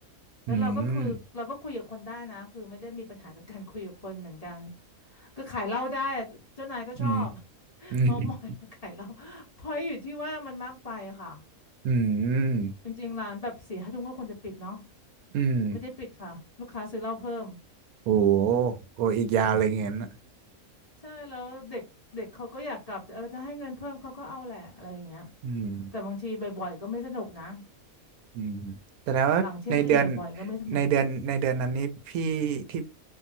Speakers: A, on the left; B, on the right.
A: แล้วเราก็คือเราก็คุยกับคนได้นะคือไม่ได้มีปัญหากับการคุยกับคนเหมือนกัน
B: อืม
A: ก็ขายเหล้าได้เจ้านายก็ชอบ
B: อืม
A: <laughs>
B: อืม
A: เมามอยแล้วขายเหล้าเพราะอยู่ที่ว่ามันมากไปอะค่ะ
B: อืม
A: จริงๆร้านแบบสี่ห้าทุ่มก็ควรจะปิดเนาะ
B: อืม
A: ไม่ได้ปิดค่ะลูกค้าซื้อเหล้าเพิ่ม
B: โอ้โหโอ้อีกยาวเลยงั้นอะ
A: ใช่แล้วเด็กเด็กเขาก็อยากกลับแต่เออถ้าให้เงินเพิ่มเขาก็เอาแหละอะไรอย่างเงี้ย
B: อืม
A: แต่บางทีบ่อยๆก็ไม่สนุกนะ
B: อืมแต่แล้วาในเดือน
A: หลังเที่ยงคืนบ่อยๆก็ไม่สนุก
B: ในเดือนในเดือนนั้นนี้พี่ที่